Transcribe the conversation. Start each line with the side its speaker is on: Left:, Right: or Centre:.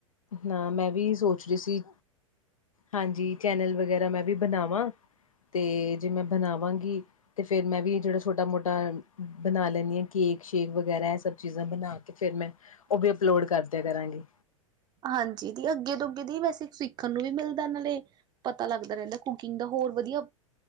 Left: ਹਾਂ ਮੈਂ ਵੀ ਸੋਚ ਰਹੀ ਸੀ। ਹਾਂਜੀ ਚੈਨਲ ਵਗੈਰਾ ਮੈਂ ਵੀ ਬਣਾਵਾਂ। ਤੇ ਜੇ ਮੈਂ ਬਣਾਵਾਂਗੀ, ਤੇ ਫਿਰ ਮੈਂ ਵੀ ਜਿਹੜਾ ਛੋਟਾ ਮੋਟਾ, ਬਣਾ ਲੈਣੀ ਹਾਂ ਕੇਕ ਸ਼ੇਕ ਵਗੈਰਾ ਇਹ ਸਭ ਚੀਜ਼ਾਂ ਬਣਾ ਕੇ ਫਿਰ ਮੈਂ ਉਹ ਵੀ ਅਪਲੋਡ ਕਰ, ਦਿਆ ਕਰਾਂਗੀ।
Right: ਹਾਂਜੀ ਦੀ ਅੱਗੇ ਤੋਂ ਅੱਗੇ ਦੀ ਵੈਸੇ ਸਿੱਖਣ ਨੂੰ ਵੀ ਮਿਲਦਾ ਨਾਲੇ। ਪਤਾ ਲੱਗਦਾ ਰਹਿੰਦਾ ਕੁਕਿੰਗ ਦਾ ਹੋਰ ਵਧੀਆ,